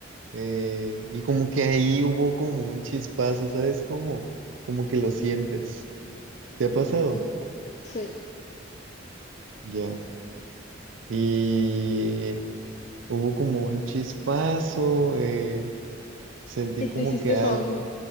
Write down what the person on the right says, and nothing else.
eh, y como que ahí hubo como un chispazo, ¿sabes cómo? Como que lo sientes. ¿Te ha pasado?
Ya. Y hubo como un chispazo. eh, Sentí
como
que algo,